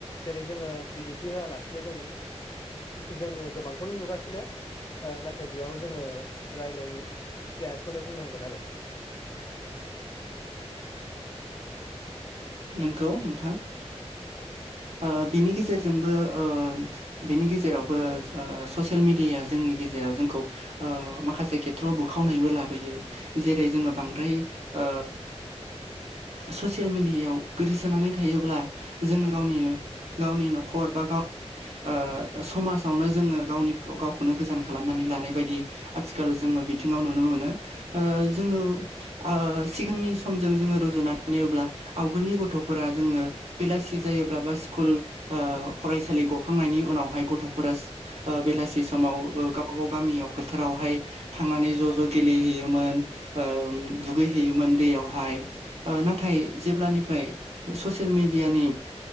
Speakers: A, on the left; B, on the right.
A: जेरै जोङो बिदिन्थि होआलासिनो जों जोङो गोबांखौनो नुगासिनो नाथाय बेयाव जोङो रायज्लायनाय जायाखौनो बुंनांगोन आरो
B: नंगौ नोंथां ओ बेनि गेजेरजोंबो ओ बेनि गेजेरावबो ससियेल मेडियाया जोंनि गेजेराव जोंखौ ओ माखासे खेथ्रआव बुखावनायबो लाबोयो जेरै जोङो बांद्राय ओ ससियेल मिडियायाव गोदोसोनानै थायोब्ला जोङो गावनिनो गावनि न'खर बा गाव ओ समाजावनो जोङो गावनि गावखौनो गोजान खालामनानै लानाय बायदि आथिखाल जोङो बिथिङाव नुनो मोनो जोङो ओ सिगांनि समजों जोङो रुजुनानै नायोब्ला सिखुलनि गथ'फोराजोंनो बेलासि जायोबा सिखुल ओ फ सालि गखांनायनि उनावहाय गथ'फोरा बेलासि समाव गावबा गाव गामियाव फोथारावहाय थांनानै ज' ज' गेलेहैयोमोन ओ दुगैहैयोमोन दैयावहाय ओ नाथाय जेब्लानि फ्राय ससियेल मेडियानि